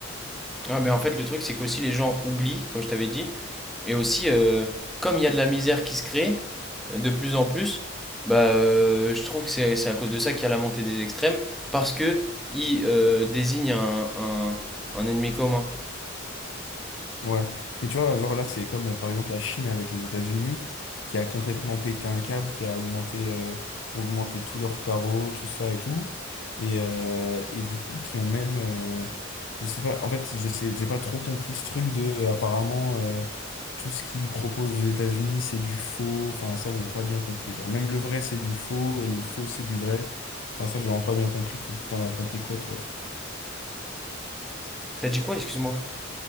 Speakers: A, in the centre; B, on the left.
A: Ah, mais en fait, le truc, c'est qu'aussi les gens oublient, comme je t'avais dit, et aussi, euh, comme il y a de la misère qui se crée euh, de plus en plus, bah, euh, je trouve que c'est c'est à cause de ça qu'il y a la montée des extrêmes, parce que ils euh, désignent un, un, un ennemi commun.
B: Ouais, mais tu vois, genre là, c'est comme euh, par exemple la Chine avec les États-Unis, qui a complètement pété un câble, qui a augmenté, euh, augmenté tout leur tarot, tout ça et tout. Et, euh, et du coup, qui ont même. euh, je sais pas, en fait, je sais, j'ai pas trop compris ce truc de. euh, apparemment, euh, tout ce qu'ils proposent aux États-Unis, c'est du faux. Enfin, ça, j'ai pas bien compris. Genre, même le vrai, c'est du faux, et le faux, c'est du vrai. Enfin, ça, j'ai vraiment pas bien compris. T'en as compris quoi, toi?
A: T'as dit quoi, excuse-moi?